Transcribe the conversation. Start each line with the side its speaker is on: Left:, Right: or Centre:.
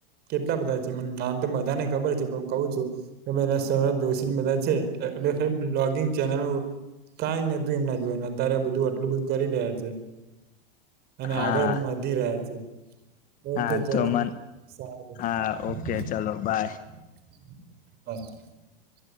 Right: કેટલા બધા છે નામ તો બધાને ખબર છે કું છું કે પેલા સૌરભ જોશી ને બધા છે્ લોગિંગ ચેનલ કઈ નોતુ એમના જોઈ ને અત્યારે આ બધું આટલું બધું કરી રહ્યા છે અને
Left: હા
Right: આગળ પણ વધી રહ્યા છે ઓકે
Left: હા તો
Right: ચલા
Left: મન
Right: સારું <unintelligible>
Left: હા ઓકે ચલો બાય
Right: <inaudible>